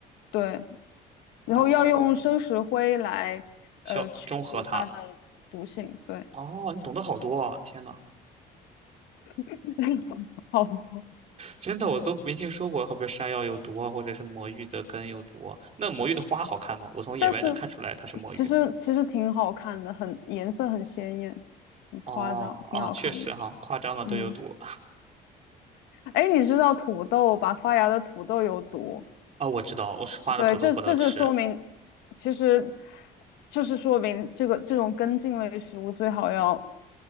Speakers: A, on the left; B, on the right.
A: 对，然后要用生石灰来呃去除它的毒性，
B: 哦，小中和它。
A: 对，
B: 哦，你懂得好多啊！天呐，
A: <laughs> 好多
B: 真的我都没听说过，好比山药有毒啊，或者是魔芋的根有毒啊那魔芋的花好看吗？我从野外能看出来它是魔芋吗？
A: 但是其实其实挺好看的，很颜色很鲜艳，很夸张，
B: 哦，啊，
A: 挺好看的。
B: 确实哈，夸张的都有毒
A: 嗯，哎，你知道土豆把发芽的土豆有毒？
B: 啊！我知道，我是花的土豆不能吃。
A: 对，这这就说明，其实就是说明这个这种根茎类食物最好要